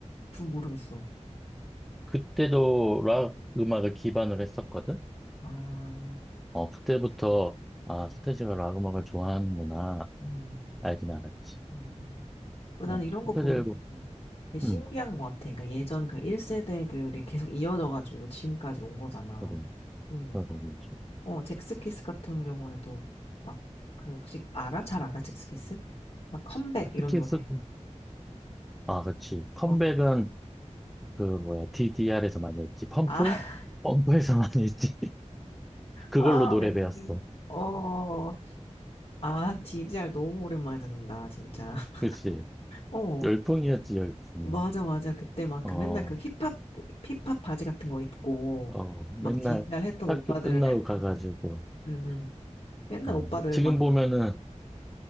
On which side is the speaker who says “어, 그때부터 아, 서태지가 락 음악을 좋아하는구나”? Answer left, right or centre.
Centre